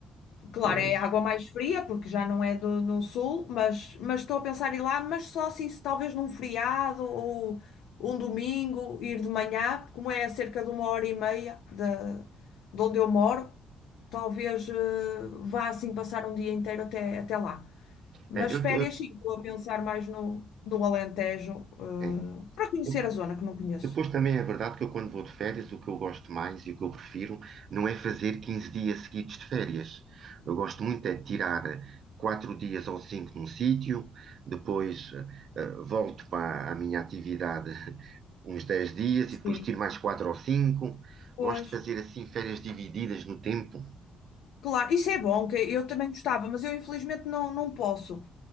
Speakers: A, on the left (about 80°); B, on the right (about 60°).
A: Claro,
B: Pois.
A: é água mais fria, porque já não é do, no sul, mas, mas estou a pensar em ir lá, mas só assim, se talvez num feriado ou um domingo, ir de manhã, como é a cerca de uma hora e meia de, de onde eu moro, talvez eh, vá assim passar um dia inteiro até, até lá. Mas
B: É, eu,
A: férias, sim, estou a pensar mais no, no Alentejo, eh,
B: eh,
A: para conhecer
B: é.
A: a zona que não conheço.
B: Depois também é verdade que eu, quando vou de férias, o que eu gosto mais e o que eu prefiro não é fazer 15 dias seguidos de férias. Eu gosto muito é de tirar eh, quatro dias ou cinco num sítio, depois eh, eh, volto para a minha atividade <laughs> uns 10 dias
A: Sim,
B: e depois tiro mais quatro ou cinco.
A: pois.
B: Gosto de fazer assim férias divididas no tempo.
A: Claro, isso é bom, que eu também gostava, mas eu infelizmente não, não posso.